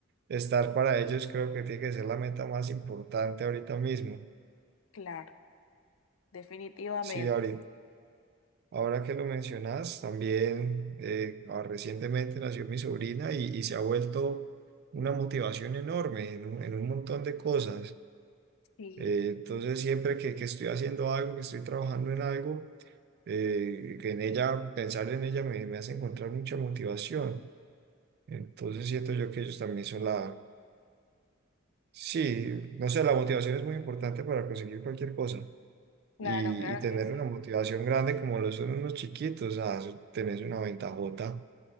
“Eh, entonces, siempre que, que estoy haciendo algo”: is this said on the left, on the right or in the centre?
Right